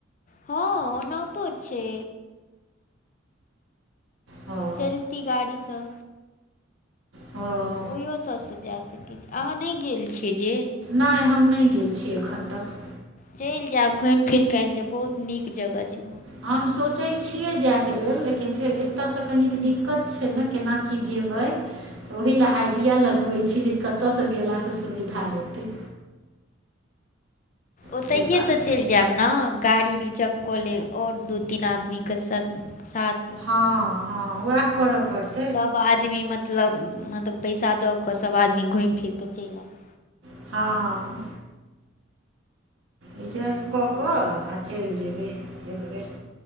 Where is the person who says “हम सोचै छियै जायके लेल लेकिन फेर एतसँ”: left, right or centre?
Right